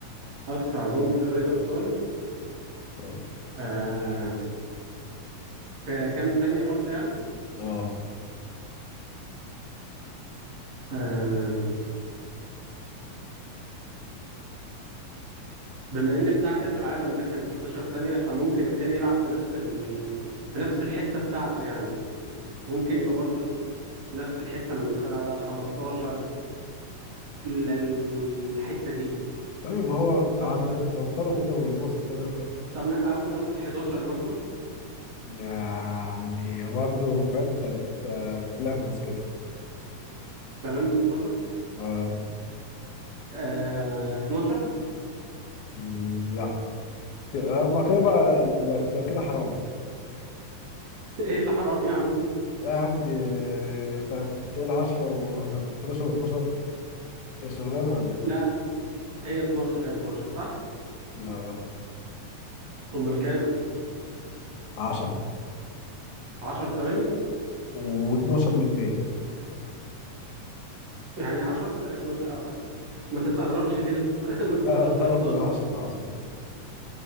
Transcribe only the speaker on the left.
اه
اه
ايوه ما هو قعد
لما يسنطروا كده ويبصوا كده فاهم
يعني برضه فاهم انت بت بتلمس كده
اه
مم، لا كده اما كده بقى لا لا لا، كده حرام بقى
لا يا عم دي انت تقول 10 و11 و12 هي شغلانه ولا ايه؟
لا غلط
10
و12 من 100
لا لا طرد
العشرة عظمة